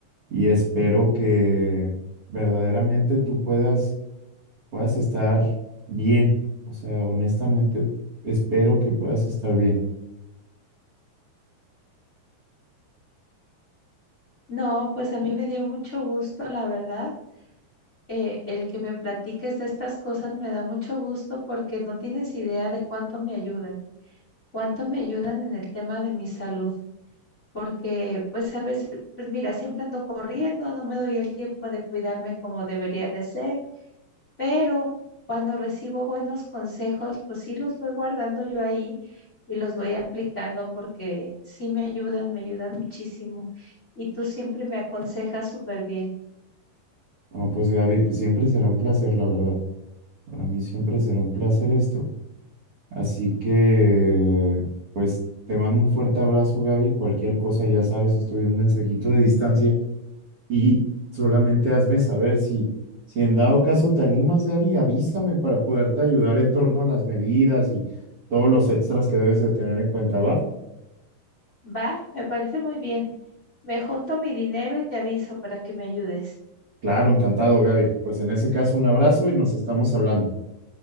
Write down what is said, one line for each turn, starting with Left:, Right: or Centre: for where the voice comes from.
Right: y espero que verdaderamente tú puedas, puedas estar bien. O sea, honestamente espero que puedas estar bien.
Left: No, pues a mí me dio mucho gusto, la verdad eh, el que me platiques de estas cosas me da mucho gusto porque no tienes idea de cuánto me ayudan, cuánto me ayudan en el tema de mi salud, porque pues a veces, pues mira, siempre ando corriendo, no me doy el tiempo de cuidarme como debería de ser, pero cuando recibo buenos consejos, pues sí los voy guardando yo ahí y los voy aplicando porque sí me ayudan, me ayudan muchísimo y tú siempre me aconsejas súper bien.
Right: No, pues Gaby, pues siempre será un placer, la verdad. Para mí siempre será un placer esto. Así que, pues, te mando un fuerte abrazo, Gaby. Cualquier cosa, ya sabes, estoy un mensajito de distancia y solamente hazme saber si, si en dado caso te animas, Gaby, avísame para poderte ayudar en torno a las medidas y todos los extras que debes de tener en cuenta, ¿va?
Left: Va, me parece muy bien. Me junto mi dinero y te aviso para que me ayudes.
Right: Claro, encantado, Gaby. Pues en ese caso, un abrazo y nos estamos hablando.